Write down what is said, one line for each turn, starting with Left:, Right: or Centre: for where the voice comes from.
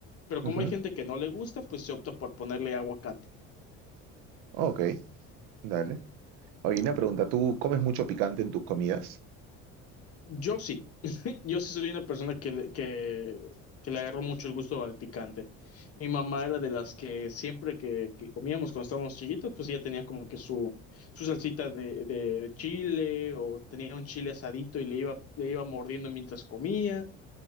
Left: pero como
Right: Ujú.
Left: hay gente que no le gusta, pues se opta por ponerle aguacate.
Right: Ok, dale. Oye, una pregunta, ¿tú comes mucho picante en tus comidas?
Left: Yo sí, <laughs> yo sí soy una persona que le, que, que le agarró mucho el gusto al picante. Mi mamá era de las que siempre que, que comíamos cuando estábamos chiquitos, pues ella tenía como que su, su salsita de, de chile o tenía un chile asadito y le iba, le iba mordiendo mientras comía.